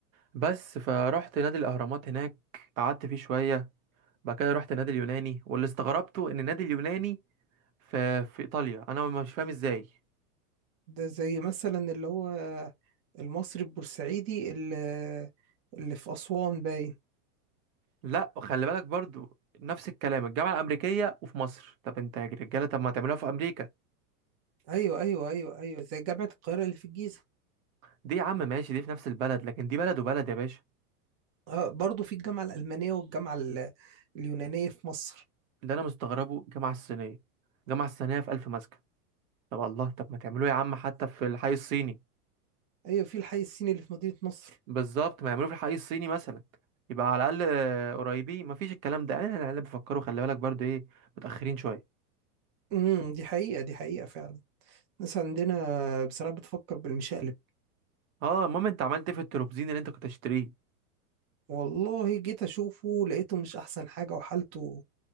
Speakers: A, on the right (about 60°); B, on the right (about 25°).
A: بس فرحت نادي الاهرامات هناك قعدت فيه شويه بعد كده رحت نادي اليوناني واللي استغربته ان النادي اليوناني في في ايطاليا انا مش فاهم ازاي
B: ده زي مثلا اللي هو المصري البورسعيدي اللي اللي في اسوان باين
A: لا وخلي بالك برضو نفس الكلام الجامعه الامريكيه وفي مصر طب انت يا رجاله طب ما تعملوها في امريكا
B: ايوه ايوه ايوه ايوه زي جامعه القاهره اللي في الجيزه
A: دي يا عم ماشي دي في نفس البلد لكن دي بلد وبلد يا باشا
B: اه برضه في الجامعه الالمانيه والجامعه ال- اليونانيه في مصر
A: اللي انا مستغربه الجامعه الصينيه الجامعه الصينيه في الف مسكن طب الله طب ما تعملوه يا عم حتى في الحي الصيني
B: ايوه في الحي الصيني اللي في مدينه نصر
A: بالظبط ما يعملوه في الحي الصيني مثلا يبقى على الاقل آه، قريبين مفيش الكلام ده اهل العيال بيفكروا خلي بالك برضو ايه متاخرين شويه
B: امم دي حقيقه دي حقيقه فعلا الناس عندنا بصراحة بتفكر بالمشقلب
A: اه المهم انت عملت ايه في التروبزين اللي انت كنت هتشتريه
B: والله جيت أشوفه لقيته مش أحسن حاجة وحالته